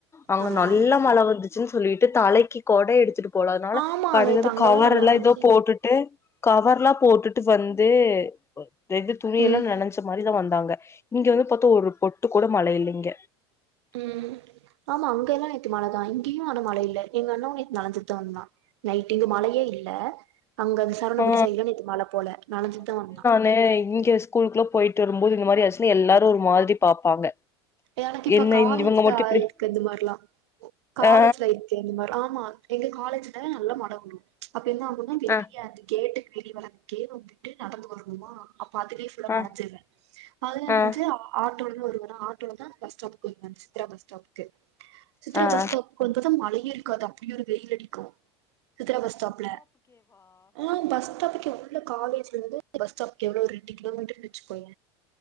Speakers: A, on the left (about 20°); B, on the right (about 85°).
A: அங்க
B: ஆமா
A: நல்ல மழ வந்துச்சுன்னு சொல்லிட்டு தலைக்கி கொட எடுத்துட்டு போல அதனால
B: ஆமா
A: கருகது
B: நேத்து அங்கல்லா
A: கவர்
B: நல்லா
A: எல்லா
B: வந்துச்சு
A: எதோ போட்டுட்டு கவர்லா போட்டுட்டு வந்து வெகு துணியெல்லா
B: ம்
A: நெனஞ்ச மாரிதா வந் தாங்க இங்க வந்து பாத்தா ஒரு பொட்டு கூட மழ இல்லைங்க
B: ம் ஆமா அங்க எல்லா நேத்து மழதா இங்கேயு ஆனா மழ இல்ல எங்க அண்ணாவு நேத்து நனஞ்சுட்டு தா வந்தா நைட்டு இங்க மழயே இல்ல அங்க அந்த சரணவம்பட்டி
A: ஆ
B: சைட்ல நேத்து மழ போல நனஞ்சிட்டு தா வந்தா
A: னே இங்க ஸ்கூலுக்குள்ள போயிட்டு வரும்போது இந்த மாரி ஆச்சுன்னா எல்லாரு ஒரு மாதிரி பாப்பாங்க
B: எனக்கு இப்ப
A: என்ன
B: காலேஜ்ல
A: இவங்க மட்டு
B: ஆ
A: இப்டி
B: இருக்கு இந்த மார்லா காலேஜ்ல
A: ஆ
B: இருக் ஆமா எங்க காலேஜ்ல நல்லா மழ வரு அப்ப என்ன ஆகுனா தெரியாது
A: ஆ
B: கேட்டுக்கு வெளிய வர்து கே வந்துட்டு நடந்து வரணுமா அப்ப அதுலேயே ஃபுல்லா
A: ஆ
B: நெனைஞ்சிருவே அதுல நெனஞ்சு
A: ஆ
B: ஆட்டோல வருவனா ஆட் ஆட்டோலதா பஸ் ஸ்டாப்க்கு வருவ சித்ரா பஸ் ஸ்டாப்க்கு சித்ரா
A: ஆ
B: பஸ் ஸ்டாப் கு வந்தது மழையே இருக்காது அப்டி ஒரு வெயில் அடிக்கூ சித்ரா பஸ் ஸ்டாப்ல ஆ பஸ் ஸ்டாப்க் ல காலேஜ்ல இருந்து பஸ் ஸ்டாப்க் எவ்ளோ ஒரு எட்டு கிலோமீட்டர்னு வச்சுகோய